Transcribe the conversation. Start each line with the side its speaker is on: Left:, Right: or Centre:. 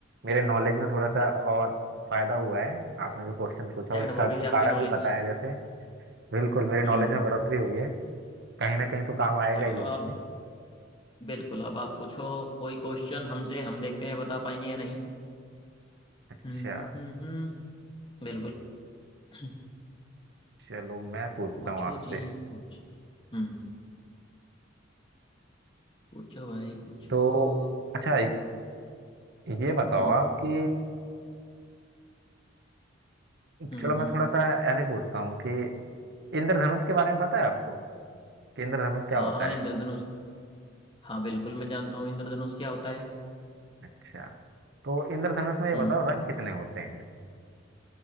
Right: मेरे नॉलेज में थोड़ा सा और फायदा हुआ है आपने जो क्वेश्चन पूछा और
Left: ऐड
Right: इसका
Left: हो गई
Right: कारण
Left: आपकी नॉलेज
Right: भी बताया जैसे बिल्कुल मेरी नॉलेज
Left: हम्म हम्म
Right: में
Left: हम्म।
Right: बढ़ोतरी हुई है कहीं ना कहीं तो काम आएगा
Left: चलो
Right: ही ये मुझे
Left: अब बिल्कुल अब आप पूछो कोई क्वेश्चन हमसे हम देखते हैं बता पाएंगे या नहीं
Right: अच्छा
Left: हम्म हम्म हम्म हम्म, बिल्कुल <clears throat>
Right: चलो मैं पूछता
Left: पूछो
Right: हूँ आपसे
Left: जी पूछ हम्म पूछो भाई पूछो
Right: तो अच्छा ये बताओ
Left: हम्म
Right: आप कि
Left: हम्म
Right: चलो मैं
Left: हम्म
Right: थोड़ा सा ऐसे पूछता हूँ कि इंद्रधनुष के बारे में पता है आपको कि इंद्रधनुष क्या
Left: हाँ
Right: होता
Left: इंद्रधनुष
Right: है
Left: हाँ बिल्कुल मैं जानता हूँ इंद्रधनुष क्या होता है
Right: अच्छा तो इंद्रधनुष में ये बताओ
Left: हम्म
Right: रंग कितने होते हैं